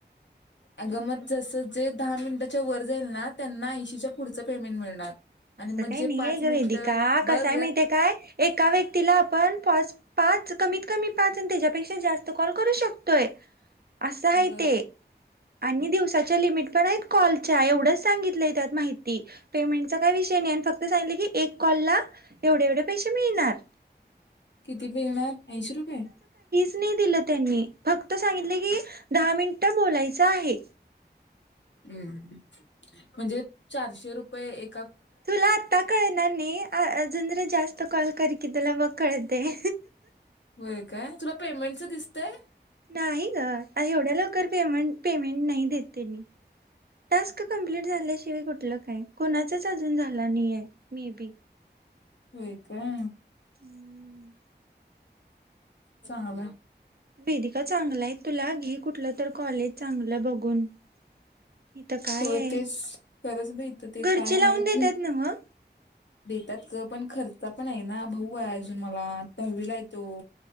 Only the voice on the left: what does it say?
अग म जसं जे दहा मिनिटाच्या वर जाईल ना त्यांना ऐंशीच्या पुढचं पेमेंट मिळणार. आणि
मग
जे
पाच
मिनिटं
बघ
ब
किती मिळणार ऐंशी रुपये
हूं म्हणजे चारशे रुपये एक
होय काय तुला पेमेंटच दिसतंय.
होय काय
चांगलय
होय
तेच खरंच बाई इथं ते
काय आहे
ते
देतात का पण खर्च पण आहे ना भाऊ आहे अजून मला दहावीला य तो